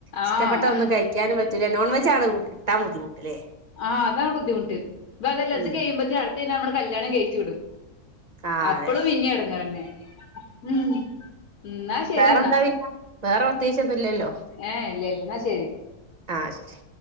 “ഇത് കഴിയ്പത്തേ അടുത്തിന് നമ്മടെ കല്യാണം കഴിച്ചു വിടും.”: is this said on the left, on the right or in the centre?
Left